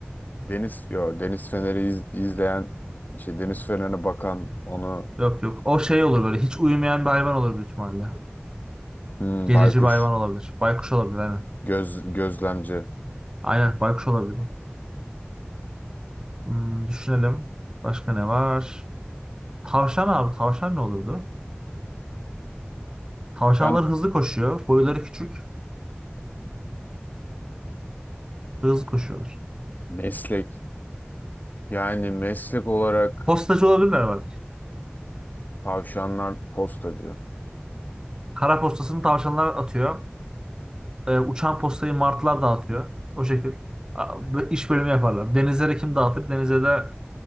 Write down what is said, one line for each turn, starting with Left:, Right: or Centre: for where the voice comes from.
Left: deniz yo deniz feneri iz- izleyen şey deniz fenerine bakan onu
Right: Yok yok. O şey olur böyle. Hiç uyumayan bir hayvan olur büyük ihtimalle.
Left: hmm,
Right: Gececi
Left: baykuş
Right: bir hayvan olabilir. Baykuş olabilir aynen.
Left: göz gözlemci.
Right: Aynen baykuş olabilir. Hmm, düşünelim. Başka ne var? Tavşan abi. Tavşan ne olurdu? Tavşanlar
Left: Ben
Right: hızlı koşuyor. Boyları küçük. Hızlı koşuyorlar.
Left: meslek yani meslek olarak
Right: Postacı olabilirler var.
Left: tavşanlar postacı,
Right: Kara postasını tavşanlar atıyor. Ee, uçan postayı martılar dağıtıyor. O şekil. Aa, bö- İş bölümü yaparlar. Denizlere kim dağıtır? Denize de